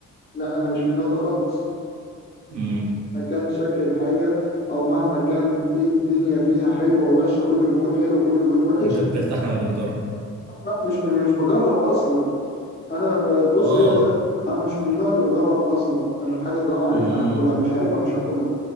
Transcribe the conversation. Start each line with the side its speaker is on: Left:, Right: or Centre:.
Left: لا انا مش من النوع ده خالص
Right: امم
Left: مهما كان شكل الحاجه او مهما كان ايه الدنيا فيها حلوه وحشه كله بيقول حلو وكله بيقول وحش
Right: انت بترتاح لما بتجرب
Left: ما- مش ب- مش بجرب اصلا انا ب- بص
Right: اه
Left: هي س- انا مش من النوع اللي بجرب اصلا انا الحاجه طالما عارفها
Right: امم
Left: هاكلها مش عارفها مش هاكلها